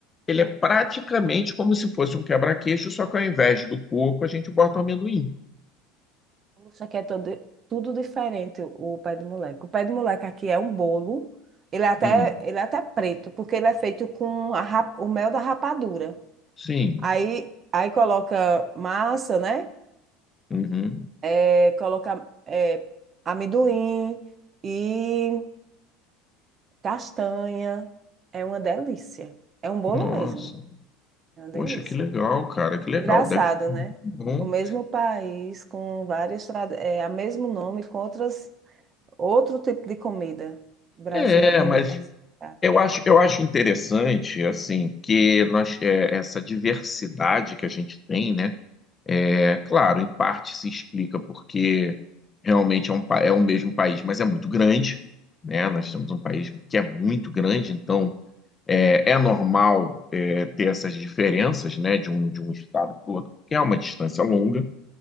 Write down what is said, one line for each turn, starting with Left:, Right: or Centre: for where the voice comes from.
Left: ele é praticamente como se fosse um quebra-queixo, só que ao invés do coco, a gente bota o amendoim.
Right: Poxa, aqui é todo, tudo diferente o pé do moleque. O pé do moleque aqui é um bolo, ele é até,
Left: Uhum.
Right: ele é até preto, porque ele é feito com a rap- o mel da rapadura.
Left: Sim,
Right: Aí, aí coloca massa, né?
Left: uhum.
Right: é, colocar é, amendoim e castanha. É uma delícia. É um bolo
Left: Nossa,
Right: mesmo. É uma delícia.
Left: poxa, que legal, cara, que
Right: Engraçado,
Left: legal, deve ficar
Right: né?
Left: muito bom.
Right: O mesmo país com várias trad... é, a mesmo nome com outras outro tipo de comida. O Brasil
Left: É,
Right: é bem
Left: mas
Right: diversificado.
Left: eu acho, eu acho interessante, assim, que nós, é, essa diversidade que a gente tem, né? É claro, em parte se explica porque realmente é, um, pa- é o mesmo país, mas é muito grande, né? Nós temos um país que é muito grande, então é, é normal é, ter essas diferenças, né, de um, de um estado para o outro, porque é uma distância longa.